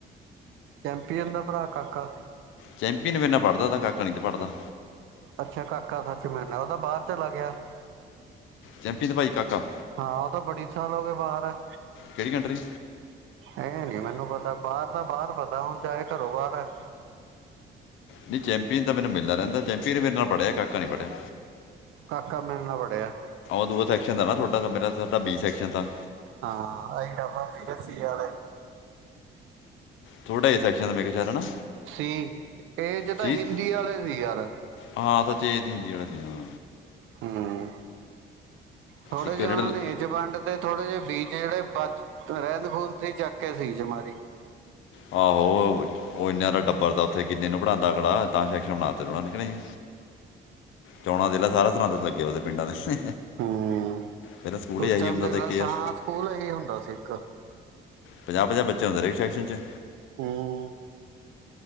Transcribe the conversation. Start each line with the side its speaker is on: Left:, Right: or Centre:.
Right: ਚੈਂਪੀਅਨ ਦਾ ਭਰਾ ਕਾਕਾ
Left: ਚੈਂਪੀਅਨ ਮੇਰੇ ਨਾ ਪੜ੍ਹਦਾ ਤਾ ਕਾਕਾ ਨਹੀਂ ਤੇ ਪੜ੍ਹਦਾ
Right: ਅੱਛਾ ਕਾਕਾ ਸੱਚ ਮੈ ਉਹਦਾ ਬਾਹਰ ਚਲਾ ਗਿਆ
Left: ਚੈਂਪੀਅਨ ਭਾਈ ਕਾਕਾ
Right: ਹਾਂ ਉਹ ਤਾਂ ਬੜੀ ਸਾਲ ਹੋ ਗਏ ਬਾਹਰ ਹੈ
Left: ਕਿਹੜੀ ਕੰਟਰੀ
Right: ਇਹ ਨੀ ਮੈਨੂੰ ਪਤਾ ਬਾਹਰ ਦਾ ਬਾਹਰ ਪਤਾ ਹੁਣ ਚਾਹੇ ਘਰੋਂ ਬਾਹਰ ਹੈ
Left: ਨਹੀਂ ਚੈਂਪੀਅਨ ਤਾਂ ਮੈਨੂੰ ਮਿਲਣਾ ਰਹਿੰਦਾ ਚੈਂਪੀਅਨ ਮੇਰੇ ਨਾਲ ਪੜ੍ਹਿਆ ਕਾਕਾ ਨਹੀਂ ਪੜ੍ਹਿਆ
Right: ਕਾਕਾ ਮੇਰੇ ਨਾਲ ਪੜਿਆ
Left: ਦੂਆ ਸੈਕਸ਼ਨ ਦਾ ਨਾ ਤੁਹਾਡਾ ਦਾ ਮੇਰਾ ਬੀ ਸੈਕਸ਼ਨ ਦਾ
Right: ਹਾਂ ਅਸੀਂ ਡਬਲ ਸੀਗੇ ਸੀ ਆਲੇ
Left: ਤੁਹਾਡਾ ਏ ਸੈਕਸ਼ਨ ਦਾ ਮੈਂ ਕਿਹਾ ਚਾਹਣਾ
Right: ਸੀ ਏ ਚ ਤਾਂ
Left: ਸੀ
Right: ਹਿੰਦੀ ਆਲੇ ਸੀ ਯਾਰ
Left: ਹਾਂ ਸੱਚ ਏ ਚ ਹਿੰਦੀ ਆਲੇ ਸੀ ਹਾਂ
Right: ਹਮ ਥੋੜੇ
Left: ਇੱਕ
Right: ਜਿਹੇ
Left: ਜਿਹੜਾ
Right: ਉਹਨਾ
Left: ਲ-
Right: ਨੇ ਏ ਚ ਵੰਡ ਤੇ ਥੋੜੇ ਜਿਹੇ ਬੀ ਚ ਜਿਹੜੇ ਬ ਰਹਿੰਦ ਖੂਹੰਦ ਸੀ ਚੱਕ ਕੇ ਸੀ ਚ ਮਾਰੀ
Left: ਆਹੋ ਉਹ ਇਨਾ ਦਾ ਟੱਬਰ ਦਾ ਉੱਥੇ ਕਿੰਨੇ ਨੂੰ ਪੜ੍ਹਾਂਦਾ ਜੇੜਾ ਤਾਂ ਸੈਕਸ਼ਨ ਬਣਾ ਤੇ ਹੋਣਾ ਨੇ ਕੇ ਨਈ ਚੋਣਾਂ ਦਲਾ ਸਾਰਾ ਸਨਾ ਦਿੰਦਾ ਉਹਦੇ ਪਿੰਡਾਂ ਦੇ
Right: ਹਮ
Left: ਪਹਿਲਾਂ ਸਕੂਲ ਹੀ
Right: ਉਸ
Left: ਆਈ
Right: ਟਾਈਮ
Left: ਹੁੰਦਾ
Right: ਦੇਖ
Left: ਤਾਂ
Right: ਲੈ
Left: ਇੱਕ ਯਾਰ
Right: ਸਾ ਸਕੂਲ ਹੀ ਹੁੰਦਾ ਸੀ ਇੱਕ
Left: ਪੰਜਾਹ ਪੰਜਾਹ ਬੱਚੇ ਹੁੰਦੇ ਨੇ ਇੱਕ ਸੈਕਸ਼ਨ ਚ
Right: ਹਮ